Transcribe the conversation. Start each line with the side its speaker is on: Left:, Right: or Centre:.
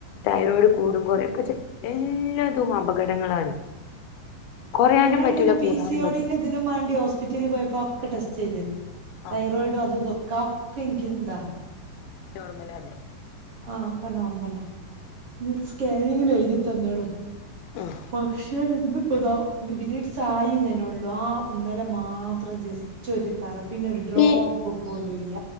Left: തൈറോയിഡ് കൂടും കൊറയൊക്കെ ചെ എല്ലതും അപകടങ്ങളാണ് കുറയാനും
Right: ഏതാലും
Left: പറ്റൂല
Right: ഞാനാ പിസിഒഡിന്റെ
Left: കൂടാനും പറ്റൂല
Right: തിനും മാണ്ടി ഹോസ്പിറ്റൽല് പോയപ്പോ അഒക്കെ ടെസ്റ്റെയ്ത്
Left: ആ
Right: തൈറോയ്ഡും അതും തൊക്കെ അത് ഒക്കെ ൻക്കി ന്താ
Left: നോർമലാലേ
Right: ആ അക്കെ നോർമലാ ഇനിരു സ്കാനിങ്ങിന് എഴ്തി തന്ന്ണ്
Left: ആ
Right: പക്ഷെ ഇന്ന് പ്പ ഇതാ ബി ബിരിഡ്സ് ആയിന്നെന്നൊള്ളൂ ആ ഇന്നലെ മാത്രം ജസ്റ്റാെരു കറ പിന്നെ ഒരു ഡ്രോപ്പ്
Left: ഈ
Right: പോലുല്ല